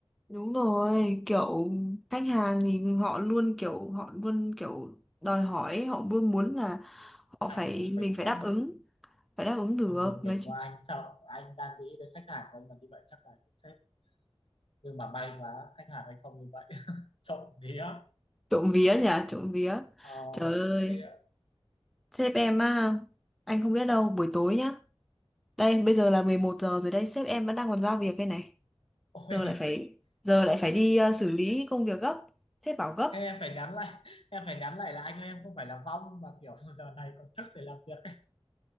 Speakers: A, in the centre; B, on the left (about 65°).
A: Đúng rồi, kiểu khách hàng thì họ luôn kiểu họ luôn kiểu đòi hỏi, ấy, họ luôn muốn là
B: Ừ,
A: họ
B: anh
A: phải
B: dùng
A: mình
B: mình
A: phải
B: quá
A: đáp ứng, phải đáp ứng được.
B: anh dùng bình
A: Mấy chị-
B: qua anh sợ anh đang nghĩ đến khách hàng của anh mà như vậy chắc là cũng chết nhưng mà may quá khách hàng anh không như vậy <laughs> trộm vía
A: trộm vía nhỉ, trộm vía.
B: ờ,
A: Trời ơi,
B: trộm vía
A: sếp em á, anh không biết đâu, buổi tối nhá. Đây, bây giờ là 11 giờ rồi đây, sếp em vẫn đang còn giao việc đây này.
B: ôi
A: Giờ lại phải giờ lại phải đi ờ, xử lý công việc gấp. Sếp bảo gấp.
B: em phải nhắn lại em phải nhắn lại là anh ơi, em không phải là vong mà kiểu <laughs> giờ này còn thức để làm việc <laughs>